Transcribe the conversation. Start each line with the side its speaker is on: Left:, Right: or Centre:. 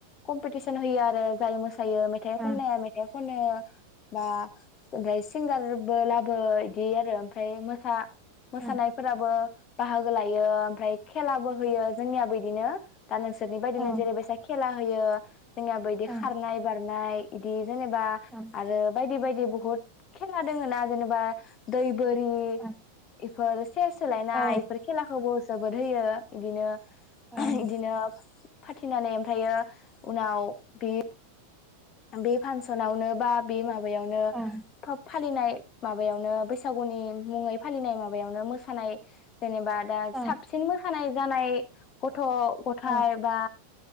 Left: कमपिटिसन होयो आरो गावनिनो थायो मेथाइ
Centre: ओं
Left: खननाया मेथाइ खनो बा ओमफ्राय सिंगारबो लाबो इदि आरो ओमफ्राय मोसा मोसानाय
Centre: ओं
Left: फोराबो बाहागो लायो ओमफ्राय खेलाबो होयो जोंनियाबो बिदिनो दा नोंसोरनि बायदिनो
Centre: ओं
Left: जेरै बायसा खेला होयो जोंहा बायदि
Centre: ओं
Left: खारनाय बारनाय इदि जेनेबा
Centre: ओं
Left: आरो बायदि बायदि ओ बुहुत खेला दङ ना जेनेबा दै बोरि
Centre: ओं
Left: एफोर सेयार सोलायनाय
Centre: औ
Left: इफोर खेलाखौबो जोबोद होयो बिदिनो
Centre: ओं
Left: इदिनो फाथिनानै ओमफ्रायो उनाव बे बे फांसनावनो बा बे माबा यावनो
Centre: ओं
Left: था फालिनाय माबायावनो बैसागुनि मुङै फालिनाय माबायावनो मोसानाय जेनेबा दा
Centre: ओं
Left: साबसिन मोसानाय जानाय गथ' गथाय
Centre: औ
Left: बा